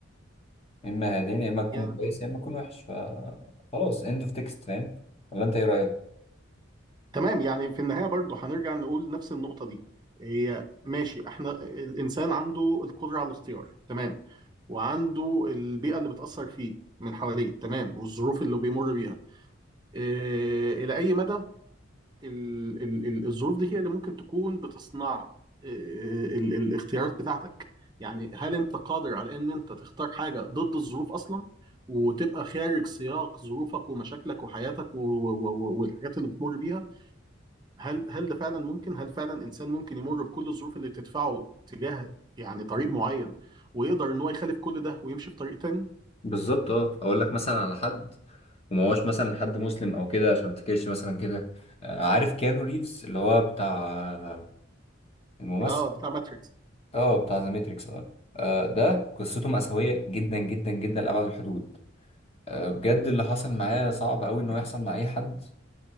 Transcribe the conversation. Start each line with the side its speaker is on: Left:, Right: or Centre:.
Left: إما هادين يا إما تكون
Right: يعني
Left: كويس يا إما تكون وحش فخلاص إند أوف تكست فاهم ولا أنت إيه رأيك؟
Right: تمام يعني في النهاية برضو هنرجع نقول نفس النقطة دي هي ماشي احنا الانسان عنده القدرة على الاختيار تمام وعنده البيئة اللي بتأثر فيه من حواليه تمام والظروف اللي بيمر بيها إيه، إلى أي مدى ال- ال- ال- الظروف دي هي اللي ممكن تكون بتصنع ال- ال- الاختيارات بتاعتك يعني هل انت قادر على ان انت تختار حاجة ضد الظروف اصلا وتبقى خارج سياق ظروفك ومشاكلك وحياتك و- و- و- والحاجات اللي بتمر بيها هل هل ده فعلا ممكن هل فعلا انسان ممكن يمر بكل الظروف اللي بتدفعه تجاه يعني طريق معين ويقدر ان هو يخالف كل ده ويمشي في طريق تاني
Left: بالظبط اه اقول لك مثلا على حد وما هوش مثلا حد مسلم او كده عشان ما تفتكرش مثلا كده آه، عارف كيانو ريفز اللي هو بتاع آه، الممثل
Right: اه بتاع ماتريكس
Left: اه بتاع ذا ماتريكس اه آه، ده قصته مأساوية جدا جدا جدا لأبعد الحدود آه، بجد اللي حصل معايا صعب قوي انه يحصل مع اي حد